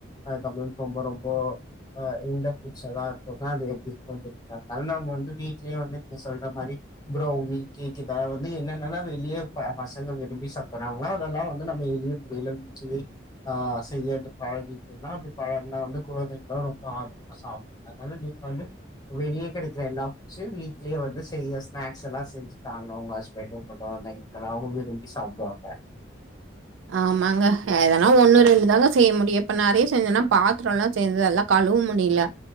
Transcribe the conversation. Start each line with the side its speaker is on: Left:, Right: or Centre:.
Left: அதுகப்றோ ரொம்ப ரொம்போ ஆ இந்த ஃபுட்ஸ்யெல்லா உக்காந்து எப்டி இருக்குனு தெரில அதுனால நம்ம வந்து வீட்லே வந்து நீங்க சொல்ற மாரி ப்ரோ உங்களுக்கு கேக்கிதா வந்து என்னென்னா வெளியே ப பசங்க விரும்பி சாப்றாங்க அதெல்லா வந்து நம்ம எளிய எல்லா வீட்லியே ஆ செய்ய பழகிக்னா அப்டி பழகனா வந்து கொழந்தைங்க ஆர்வமா சாப்டு அதுனால நீங்க வந்து வெளியே கெடைக்ற எல்லா ஃபுட்ஸ்சு வீட்லே வந்து செய்ய ஸ்நாக்ஸ் எல்லா செஞ்சு தாங்க உங்க ஹஸ்பண்ட் உங்க கொழந்தைங்க எல்லாரு விரும்பி சாப்டுவாங்க
Right: ஆமாங்க எதனா ஒண்ணு ரெண்டு தாங்க செய்ய முடியு இப்ப நெறைய செஞ்சோன்னா பாத்ரோல்லா சேர்து எல்லா கழுவ முடில